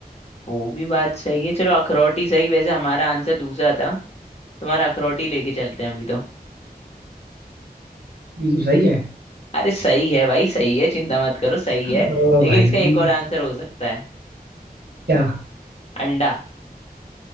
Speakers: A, on the left; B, on the right.
A: वो भी बात सही है चलो अखरोट ही सही वैसे हमारा आंसर दूसरा था तुम्हारा अखरोट ही लेके चलते हैं अभी तो
B: हम्म, सही है
A: अरे सही है भाई सही है चिंता मत करो सही
B: हाँ,
A: है
B: ओ
A: लेकिन
B: भाई
A: इसका एक और आंसर हो सकता है
B: क्या
A: अंडा